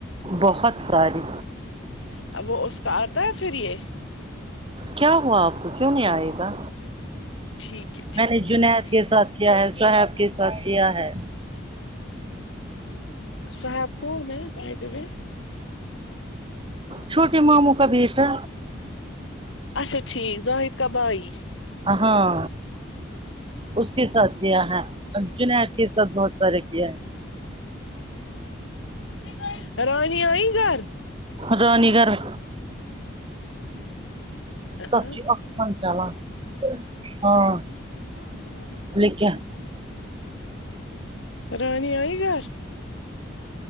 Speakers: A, on the right; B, on the left.
A: بہت ساری
B: اب وہ اس کا آتا ہے پھر یہ
A: کیا ہوا آپ کو کیوں نہیں آئے گا
B: ٹھیک ہے ٹھیک
A: میں نے
B: ہے
A: جنید
B: ٹھیک
A: کے ساتھ کیا ہے صحب کے چھٹیاں ہیں
B: صاحب کون ہے بائی دوے
A: چھوٹے ماموں کا بیٹا
B: اچا ٹھیک زاہد کا بھائی
A: ہاں اس کے ساتھ کیا ہے ارج نے آپ کے ساتھ بہت سارے کیا ہیں
B: اچھا رانی آئی گھر
A: رانی گھر ائی <unintelligible>
B: ہاں ہاں چار
A: لیکن
B: رانی آئی گھر